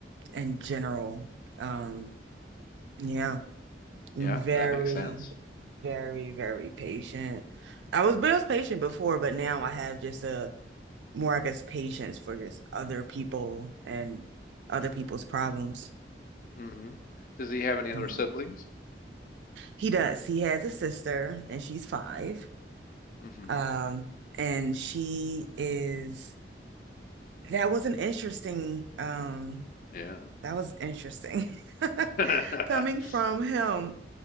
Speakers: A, on the right (about 85°); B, on the left (about 50°).
A: in general. Um, yeah. Very,
B: Yeah, that makes sense.
A: very, very patient. I was, but I was patient before, but now I have just a more, I guess, patience for just other people and other people's problems,
B: hmm Does he have any
A: you
B: other
A: know.
B: siblings?
A: He does. He has a sister and she's five.
B: hmm
A: Um, and she is, that was an interesting, um,
B: Yeah.
A: that was interesting
B: <laughs>
A: <laughs> coming from him.